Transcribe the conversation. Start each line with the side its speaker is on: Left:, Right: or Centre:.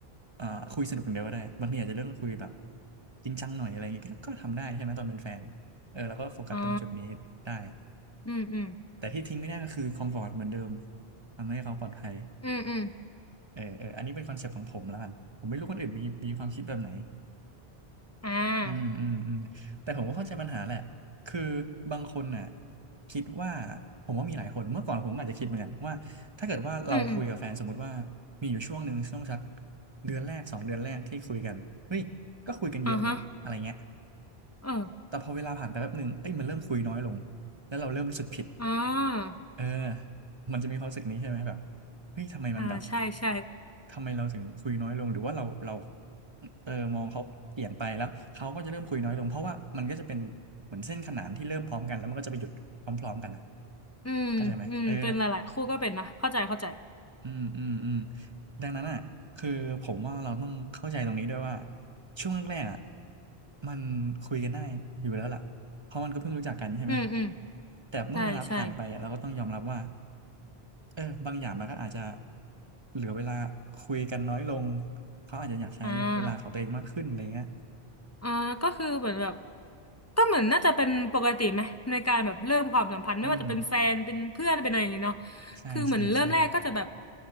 Right: เอ่อคุยสนุกอย่างเดียวก็ได้บางทีอาจจะเรื่องคุยแบบจริงจังหน่อยอะไรอย่างเงี้ยก็ก็ทำได้ใช่ไหมตอนเป็นแฟนเออแล้วก็โฟกัสตรงจุดนี้ได้
Left: อ๋ออืมอืม
Right: แต่ที่ทิ้งไม่ได้ก็คือคอมฟอร์ตเหมือนเดิมทำให้เขาปลอดภัย
Left: อืมอืม
Right: เออเอออันนี้เป็นคอนเซ็ปต์ของผมแล้วกันผมไม่รู้คนอื่นมีมีความคิดแบบไหน
Left: อ่า
Right: อืมอืมอืมแต่ผมก็เข้าใจปัญหาแหละคือบางคนน่ะคิดว่าผมว่ามีหลายคนเมื่อก่อนผมก็อาจจะคิดเหมือนกันว่าถ้าเกิดว่าเราคุยกับแฟนสมมติว่า
Left: อืมอืม
Right: มีอยู่ช่วงหนึ่งช่วงสักเดือนแรกสองเดือนแรกที่คุยกันเฮ้ยก็คุยกันเยอะนี่อะไรเงี้ย
Left: อ่าฮะเออ
Right: แต่พอเวลาผ่านไปแป๊บหนึ่งเอ้ยมันเริ่มคุยน้อยลงแล้วเราเริ่มรู้สึกผิด
Left: อ่า
Right: เออมันจะมีความรู้สึกนี้ใช่ไหมแบบเฮ้ยทำไมมันแบบ
Left: อ่าใช่ใช่
Right: ทำไมเราถึงคุยน้อยลงหรือว่าเราเราเออมองเขาเปลี่ยนไปแล้วเขาก็จะเริ่มคุยน้อยลงเพราะว่ามันก็จะเป็นเหมือนเส้นขนานที่เริ่มพร้อมกันแล้วมันก็จะไปหยุดพร้อมๆกันอ่ะ
Left: อืมอืม
Right: เข้าใจไหมเออ
Left: เป็นหลายๆคู่ก็เป็นนะเข้าใจเข้าใจ
Right: อืมอืมอืมดังนั้นอ่ะคือผมว่าเราต้องเข้าใจตรงนี้ด้วยว่าช่วงแรกๆอ่ะมันคุยกันได้อยู่แล้วล่ะเพราะมันก็เพิ่งรู้จักกันใช่ไหม
Left: อืมอืม
Right: แต่เมื่อเวลาผ่านไปอะเราก็ต้องยอมรับว่า
Left: ใช่ใช่
Right: เออบางอย่างมันก็อาจจะเหลือเวลาคุยกันน้อยลงเขาอาจจะอยากใช้เวลาของตัวเองมากขึ้นอะไรเงี้ย
Left: อ่า อ่าก็คือเหมือนแบบก็เหมือนน่าจะเป็นปกติไหมในการแบบเริ่มความสัมพันธ์ไม่ว่าจะเป็นแฟนเป็นเพื่อนเป็นอะไรอย่างงี้เนาะ
Right: อืมใช่ใช่ใช่
Left: คือเหมือนเริ่มแรกก็จะแบบ